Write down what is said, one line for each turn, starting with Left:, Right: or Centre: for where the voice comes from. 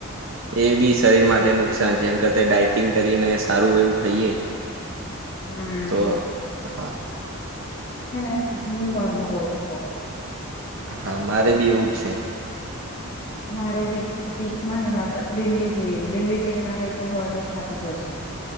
Right: એ બી શરીર માટે નુકસાન છેમ કર ડાયટિંગ કરીને સારું એવું ખાઈએ
Left: હમ.
Right: તો હા.
Left: છેને હમ બરનુ બઉ જ ખઉ
Right: હા મારે બી એવું જ છે
Left: મારે વીક વીકમાં ને મારે તો ડેલી જોઈએ ડેલી કઈક ના કઈ બાર નું ખાતી જ હશું.